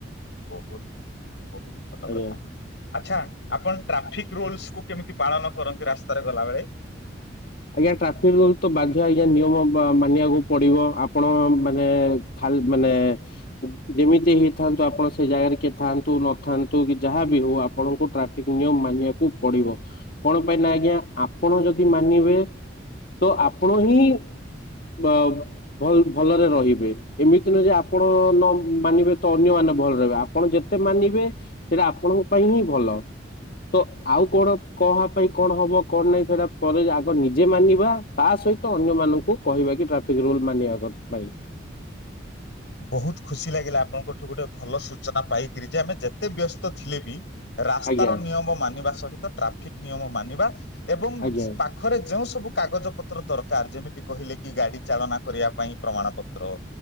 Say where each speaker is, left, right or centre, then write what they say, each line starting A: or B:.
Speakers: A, on the left (about 75°); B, on the left (about 50°).
A: ବହୁତ ବହୁତ ଭଲ
B: ଆଜ୍ଞା।
A: କଥା। ଆଚ୍ଛା ଆପଣ ଟ୍ରାଫିକ ରୁଲସକୁୁ କେମିତି ପାଳନ କରନ୍ତି ରାସ୍ତାରେ ଗଲାବେଳେ ।
B: ଆଜ୍ଞା ଟ୍ରାଫିକ ରୁଲ ତ ବାଧ୍ୟ ଆଜ୍ଞା ନିୟମ ମାନିବାକୁ ପଡିବ ଆପଣ ମାନେ ଖାଲି ମାନେ ଯେମିତି ହେଇଥାନ୍ତୁ ଆପଣ ସେ ଜାଗାରେ କିଏ ଥାନ୍ତୁ ନଥାନ୍ତୁ କି ଯାହା ବିି ହଉ ଆପଣଙ୍କୁ ଟ୍ରାଫିକ ନିୟମ ମାନିବାକୁ ପଡିବ କଣ ପାଇଁ ନା ଆଜ୍ଞା ଆପଣ ଯଦି ମାନିବେ ତ ଆପଣ ହିଁ ଅ ଭଲ ଭଲରେ ରହିବେ ଏମିତି ନୁହଁ ଯେ ଆପଣ ନ ମାନିବେ ତ ଅନ୍ୟମାନେ ଭଲରେ ରହିବେ ଆପଣ ଯେତେ ମାନିବେ ସେଇଟା ଆପଣଙ୍କ ପାଇଁ ହିଁ ଭଲ ତ ଆଉ କଣ କହା ପାଇଁ କଣ ହବ କଣ ନାହିଁ ସେଇଟା ପରେ ଆଗ ନିଜେ ମାନିବା ତା ସହିତ ଅନ୍ୟ ମାନଙ୍କୁ କହିବା କି ଟ୍ରାଫିକ ରୁଲ ମାନିବା ପାଇଁ ।
A: ବହୁତ ଖୁସି ଲାଗିଲା ଆପଣଙ୍କଠୁ ଗୋଟେ ଭଲ ସୂଚନା ପାଇକିରି ଯେ ଆମେ ଯେତେ ବ୍ୟସ୍ତ ଥିଲେ ବି ରାସ୍ତାର
B: ଆଜ୍ଞା
A: ନିୟମ ମାନିବା ସହିତ ଟ୍ରାଫି ଠିକ ନିୟମ ମାନିବା ଏବଂ
B: ଆଜ୍ଞା
A: ପାଖରେ ଯେଉଁ ସବୁ କାଗଜ ପତ୍ର ଦରକାର ଯେମିତି କହିଲେ କି ଗାଡି ଚାଳନା କରିବା ପାଇଁ ପ୍ରମାଣ ପତ୍ର